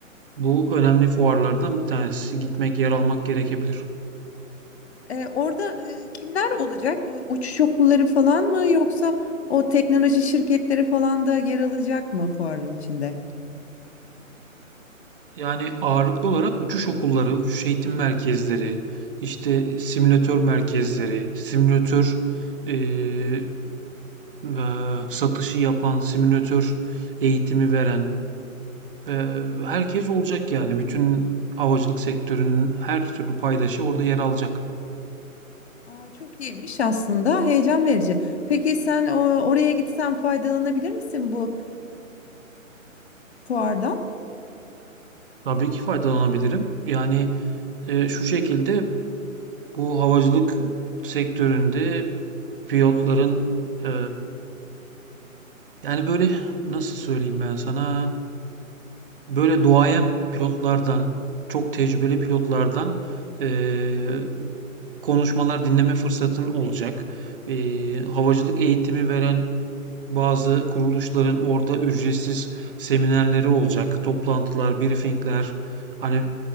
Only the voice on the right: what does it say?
bu önemli fuarlardan bir tanesi. Gitmek, yer almak gerekebilir.
Yani ağırlıklı olarak uçuş okulları, uçuş eğitim merkezleri, işte simülatör merkezleri, simülatör eee, ve satışı yapan, simülatör eğitimi veren ve herkes olacak yani. Bütün havacılık sektörünün her türlü paydaşı orada yer alacak.
Tabii ki faydalanabilirim. Yani e, şu şekilde bu havacılık sektöründe pilotların e, yani böyle nasıl söyleyeyim ben sana? Böyle duayen pilotlardan, çok tecrübeli pilotlardan eee, konuşmalar dinleme fırsatın olacak. Eee, havacılık eğitimi veren bazı kuruluşların orada ücretsiz seminerleri olacak. Toplantılar, briefingler. Hani